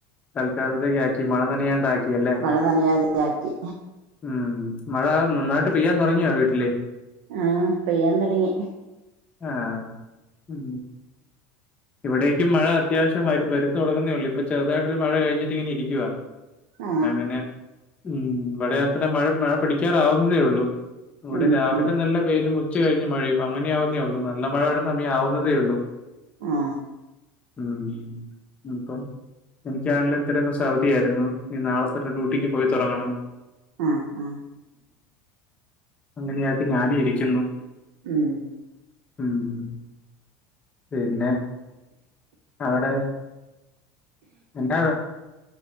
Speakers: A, on the left; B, on the right.
A: തൽക്കാല് <unintelligible> ആക്കി മഴ നനിയാണ്ടാക്കിയല്ലേ,
B: മഴ നനയാതെയാക്കി
A: ഉം മഴ നന്നായിട്ട് പെയ്യാൻ തൊടങ്ങിയോ വീട് <unintelligible>
B: ആ പെയ്യാൻ തൊടങ്ങി.
A: ആ ഉം ഇവിടേക്കും മഴ അത്യാവശ്യം വരു വരുന്ന് തൊടങ്ങുന്നേയുള്ളൂ, ഇപ്പ ചെറുതായിട്ടൊരു മഴ കഴിഞ്ഞിട്ട് ഇങ്ങനെ ഇരിക്കുവാ.
B: ആ
A: അങ്ങനെ ഉം ഇവിടെയത്രെ മഴ മഴ പിടിക്കാറാവുന്നതേ ഒള്ളൂ. ഇവിടെ
B: ഉം
A: രാവിലെ
B: ഉം
A: നല്ല വെയിലും ഉ ഉച്ച് കഴിഞ്ഞ് മഴയും അങ്ങനെ ആവുന്നേ ഒള്ളൂ, നല്ല മഴയുടെ സമയം ആവുന്നതേ ഒള്ളൂ.
B: ആ
A: ഉം മ് അപ്പം എനിക്കാണെലിത്രെ ദിവസം അവധിയായിരുന്നു. ഇനി നാളെത്തട്ട് ഡ്യൂട്ടിക്ക് പോയി തൊടങ്ങണം.
B: ആ ആ
A: അങ്ങനെയായിട്ട് ഞാനും ഇരിക്കുന്നു.
B: ഉം
A: മ് പിന്നെ അവടെ എന്താ